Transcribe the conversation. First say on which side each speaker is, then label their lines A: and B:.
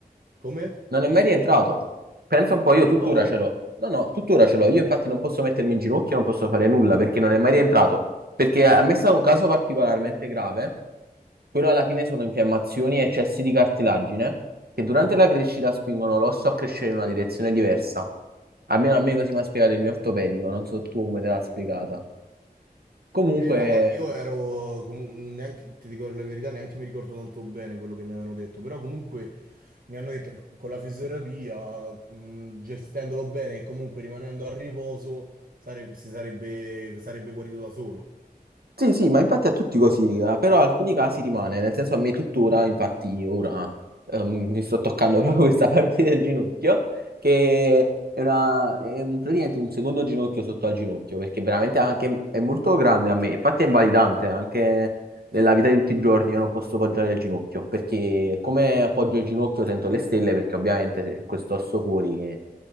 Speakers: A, on the right; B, on the right.
A: Come?
B: Non è mai rientrato. Pensa un po', io tuttora
A: No?
B: ce l'ho. No, no, tuttora ce l'ho. Io infatti non posso mettermi in ginocchio, non posso fare nulla perché non è mai rientrato. Perché a me è stato un caso particolarmente grave. Quello alla fine sono infiammazioni e eccessi di cartilagine che durante la crescita spingono l'osso a crescere in una direzione diversa. Almeno a me così mi ha spiegato il mio ortopedico, non so tu come
A: Ok.
B: te l'ha spiegata. Comunque,
A: E no, guarda, io ero, com- neanche, ti dico la verità, neanche mi ricordo tanto bene quello che mi avevano detto, però comunque mi hanno detto che con la fisioterapia, mh, gestendolo bene e comunque rimanendo a riposo, sare- si sarebbe, sarebbe guarito da solo.
B: Sì, sì, ma infatti a tutti così, eh, però alcuni casi rimane, nel senso a me tuttora, infatti ora ehm, mi sto toccando <laughs> proprio questa parte del ginocchio, che è, una, è un- praticamente un secondo ginocchio sotto al ginocchio, perché veramente anche, è molto grande a me, infatti è invalidante anche nella vita di tutti i giorni, io non posso poggiare il ginocchio, perché come appoggio il ginocchio sento le stelle, perché ovviamente c'è questo osso fuori che